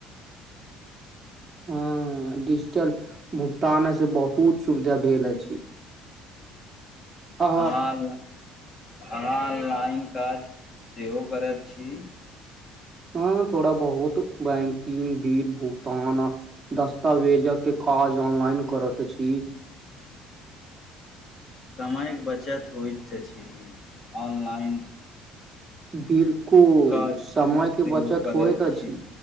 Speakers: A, on the right; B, on the left.
A: हँ डिजिटल भुगतान से बहु बहुत सुविधा भेल अछि अहाँ
B: हाँ हाँ लाइन काज सेहो करैत छी
A: हँ थोड़ा बहुत बैंकिंग बिल भुगतान दस्तावेजक काज ऑनलाइन करत अछी
B: समयके बचत होइत त छी ऑनलाइन
A: बिलकुल
B: काज
A: समय के
B: सेहो
A: बचत
B: करैत
A: होइत अछि
B: छी